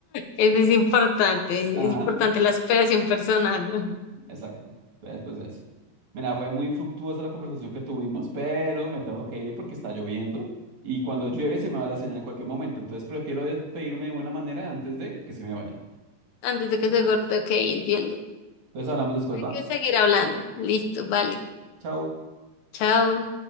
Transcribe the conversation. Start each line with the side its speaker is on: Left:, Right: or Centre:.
Left: eso es importante,
Right: Ajá.
Left: es importante la superación personal, ¿no?
Right: Exacto. Entonces, pues eso. Mira, fue muy fructuosa la conversación que tuvimos, pero me tengo que ir porque está lloviendo y cuando llueve se me va la señal en cualquier momento. Entonces prefiero despedirme de buena manera antes de que se me vaya.
Left: antes de que se corte, ok, entiendo.
Right: Entonces hablamos después,
Left: Hay
Right: ¿va?
Left: que seguir hablando, listo, vale,
Right: Chao.
Left: chao.